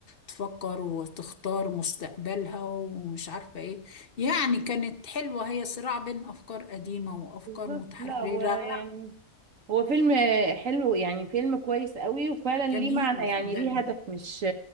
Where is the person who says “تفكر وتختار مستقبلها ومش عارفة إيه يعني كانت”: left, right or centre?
Left